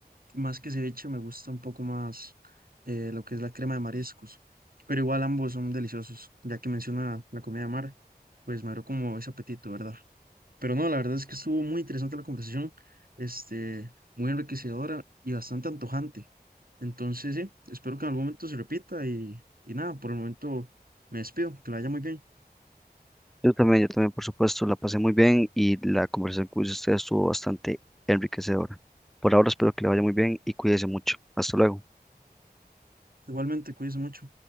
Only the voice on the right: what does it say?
más que ceviche me gusta un poco más eh, lo que es la crema de mariscos. Pero igual ambos son deliciosos, ya que menciona la comida de mar, pues me abrió como ese apetito, ¿verdad? Pero no, la verdad es que estuvo muy interesante la conversación, este, muy enriquecedora y bastante antojante. Entonces, sí, espero que en algún momento se repita y, y nada, por el momento me despido, que la haya muy bien.
Igualmente, cuídense mucho.